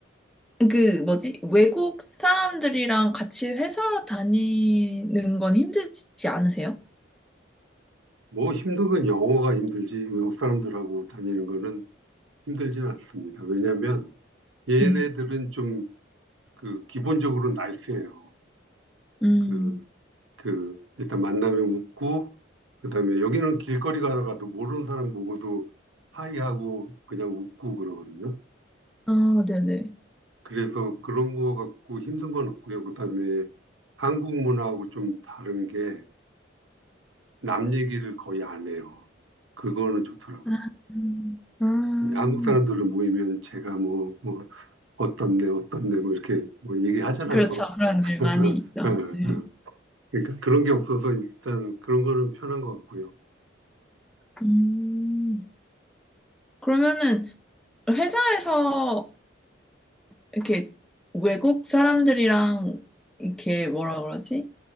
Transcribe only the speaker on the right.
뭐 힘든 건 영어가 힘들지, 외국 사람들하고 다니는 거는 힘들지는 않습니다. 왜냐면 얘네들은
좀 그 기본적으로 나이스해요.
그, 그, 일단 만나면 웃고, 그다음에 여기는 길거리 가다가도 모르는 사람 보고도 하이하고 그냥 웃고 그러거든요.
그래서 그런 거 갖고 힘든 건 없고요. 그다음에 한국 문화하고 좀 다른 게 남 얘기를 거의 안 해요. 그거는 좋더라고요.
근데 한국 사람들로 모이면 제가 뭐, 뭐 어떻네 어떻네 뭐 이렇게 뭐 얘기하잖아요.
<laughs>
어, 어.
그러니까 그런 게 없어서 일단 그런 거는 편한 것 같고요.